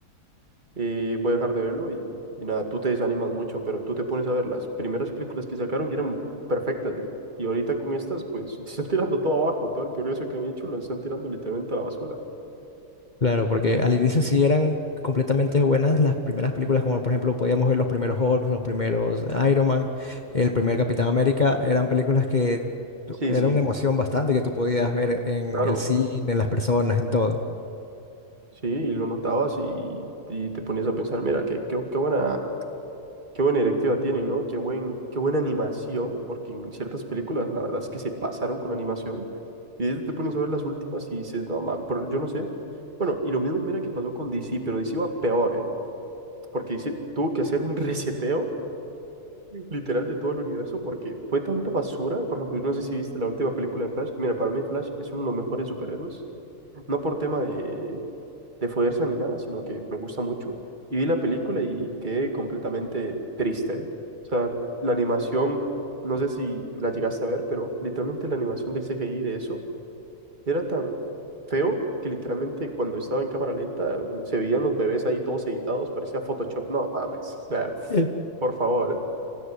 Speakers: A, on the right (about 35°); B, on the left (about 35°).
A: y voy a dejar de verlo y, y nada, tú te desanimas mucho, pero tú te pones a ver las primeras películas que sacaron que eran perfectas, ¿eh? Y ahorita con estas, pues <laughs> te están tirando todo abajo, todo el progreso que han hecho lo están tirando literalmente a la basura.
B: Claro, porque al inicio sí eran completamente buenas las primeras películas, como por ejemplo podíamos ver los primeros Hulk, los primeros Iron Man, el primer Capitán América, eran películas que tú-
A: Sí,
B: era
A: sí.
B: una emoción bastante que tú podías ver en
A: Claro,
B: el cine, en las personas, en todo.
A: sí, y lo notabas y, y te ponías a pensar, mira, qué, qué, qué buena, qué buena directiva tienen, ¿no? Qué buen, qué buena animación, porque en ciertas películas la verdad es que se pasaron con la animación. Y ahorita te pones a ver las últimas y dices, no, man, pero yo no sé. Bueno, y lo mismo mira que pasó con DC, pero DC va peor, ¿eh? porque hice, tuvo que hacer un <laughs> reseteo literal de todo el universo, porque fue tanta basura. Por ejemplo, yo no sé si viste la última película de Flash. Mira, para mí Flash es uno de los mejores superhéroes, no por tema de, de fuerza ni nada, sino que me gusta mucho. Y vi la película y quedé completamente triste. O sea, la animación, no sé si la llegaste a ver, pero literalmente la animación del CGI de eso era tan feo que literalmente cuando estaba en cámara lenta eh, se veían los bebés ahí todos editados, parecía Photoshop. No mames, o sea, pf,
B: Mm.
A: por favor. ¿eh?